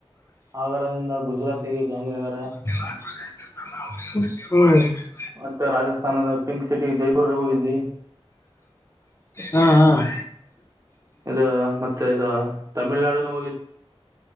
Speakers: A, on the right (about 30°); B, on the left (about 25°).
A: ಆಗರದಿಂದ ಗುಜರಾತಿಗೆ ಗಾಂಧಿನಗರ
B: ಹ್ಮ್
A: ಮತ್ತೆ ರಾಜಸ್ಥಾನದ ಪಿಂಕ್ ಸಿಟಿ ಜೈಪುರ್ ಹೋಗಿದ್ವಿ
B: ಹಾ ಹಾ
A: ಇದು ಮತ್ತೆ ಇದು ತಮಿಳ್ನಾಡುನು